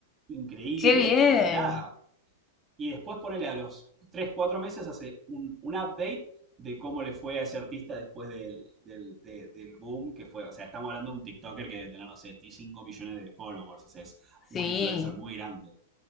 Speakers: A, on the right; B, on the left.
A: Increíble,
B: Qué bien.
A: y nada, y después ponele a los 3 4 meses, hace un, un update de cómo le fue a ese artista después de- del, de- del boom que fue. O sea, estamos hablando de un TikToker que debe tener, no sé, 5 millones de followers. O sea, es un
B: Sí.
A: influencer muy grande.